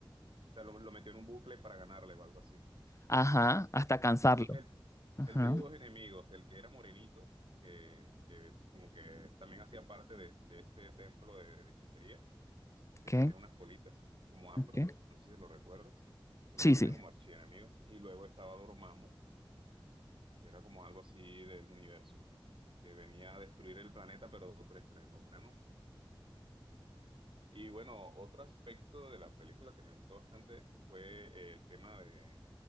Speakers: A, on the right; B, on the left.
A: O sea, lo, lo metió en un bucle para ganarle o algo así.
B: Ajá, hasta cansarlo.
A: Él, tu- él,
B: Ajá,
A: él tuvo dos enemigos, el que era morenito, que, que como que también hacía parte de, de este templo de, de hechicería, que
B: ok,
A: tenía unas colitas como afro,
B: ok.
A: no sé si lo recuerdas, que lo
B: Sí,
A: tenía
B: sí,
A: como archienemigo. Y luego estaba Dormammu, Era como algo así del universo, que venía a destruir el planeta, pero de otro estreno, plano. Y bueno, otro aspecto de la película que me gustó bastante fue eh, el tema de,